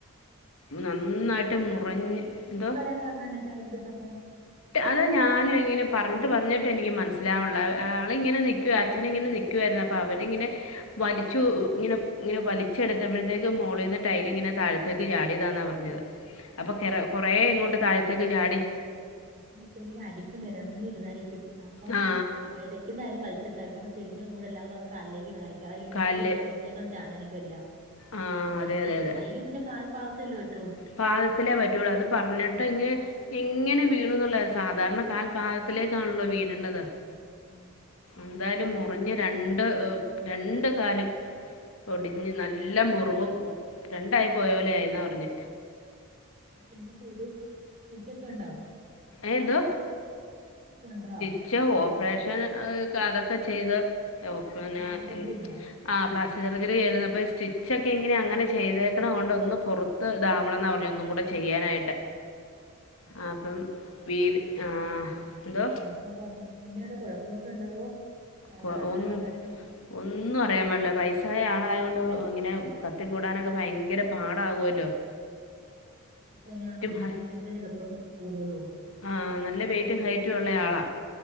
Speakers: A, on the left; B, on the right.
A: നന്നായ്ട്ട്
B: ഏഹ് മുട്ടിന്റെ വേദന
A: മുറിഞ്ഞ്
B: മുട്ടിന്റെ
A: എന്തോ
B: വേദന വരാൻ കാരണം എന്നാ ടൈലെടുത്തപ്പം
A: അത ഞാനും ഇങ്ങനെ പറഞ്ഞിട്ട് പറഞ്ഞിട്ട് എനിക്ക് മനസ്സിലാവ്ൺള്ള ആള്ങ്ങനെ നിക്ക്യുവാ അച്ഛനിങ്ങനെ നിക്കുവായ്രുന്നു അപ്പൊ അവരിങ്ങനെ വലിച്ചു ഇങ്ങനെ ഇങ്ങനെ വലിച്ചെടുത്തപ്പോഴത്തേക്ക് മോളിന്ന് ടൈല്ങ്ങനെ താഴ താഴത്തേക്ക് ചാടിയതാന്നാ പറഞ്ഞത് അപ്പൊ കുറേ ഇങ്ങോട്ട് താഴത്തേക്ക് ചാടി
B: അപ്പം മിത്തറിങ്ങ അടിക്കും നിരന്നിരുന്നടിക്കും അപ്പം
A: ആ
B: എടക് റ്റ്ന്ന് വലിച്ചിട്ടായിപ്പം ചെരിഞ്ഞുംഎല്ലാംകൂടെ വന്ന് കാലിലേക്ക് വീണായികും മുട്ടി
A: കാലിൽ
B: വന്ന മുട്ടിവൊന്നും ചാനായിരിക്കു വെല്ലാം.
A: ആ
B: വെയ്റ്റെയ്
A: അതെ അതെ അതെ
B: അല്ലെങ്കിപിന്നെ കാൽപ്പാദത്തല്ല പറ്റു
A: പാദത്തിലേ പറ്റുള്ളൂ അത് പറഞ്ഞിട്ട്ഞ്ഞ്
B: ആഹ്
A: എങ്ങനെ വീണുന്നുള്ളത്. സാധാരണ കാൽപാദത്തിലേക്കാണല്ലോ വീഴണ്ടത്.
B: <unintelligible>
A: എന്തായാലും മുറിഞ്ഞ രണ്ട് രണ്ട് കാലും. പൊടിഞ്ഞ് നല്ല മുറിവും രണ്ടായി പോയ പോലായിന്ന പറഞ്
B: എന്നാ ചെയ്തു സ്റ്റിച്ചൊക്കെ ഉണ്ടോ?
A: ഏ എതോ?
B: ക്കോണ്ടാ
A: ച്ച ഓപ്പറേഷൻ അതൊക്കെ ചെയ്ത് ഒ പിന്നെ
B: പ്ലാസ്റ്റിക് സർജറി ചെയ്തോ
A: ആ പ്ലാസ്റ്റോർജറി ചെയ്യുന്നത് അപ്പോ സ്റ്റിച്ചൊക്കെ ഇങ്ങനെ അങ്ങനെ ചെയ്തേക്കണെ കൊണ്ട് ഒന്ന് പുറത്ത് ത് താവണം ന്നാ പറഞ്ഞ് ഒന്നും കൂടെ ചെയ്യാനായിട്ട്. ആ അപ്പം വീട് ആ എന്തോ?
B: ക്കെ കാൽമുട്ടിൻ്റെവ്ടെ കുഴപ്പമൊക്കെ ഉണ്ടാവോ? കാൽ
A: കോ
B: നടക്കാനൊക്കെ
A: ഒന്ന്
B: പറ്റുവോ
A: ഒന്നും അറിയാൻ പാടില്ല. വൈസായ ആളായ കൊണ്ട് ഇങ്ങനെ കത്തിക്കൂടാനൊക്കെ ഭയങ്കര പാടകുവല്ലോ?
B: ന്നാണല്ലോ
A: ഹ-
B: പിള്ളേർടെ എളുപ്പം കൂടുള്ളൂ.
A: ആ നല്ല വെയിറ്റും ഹൈറ്റും ഉള്ള ആളാ.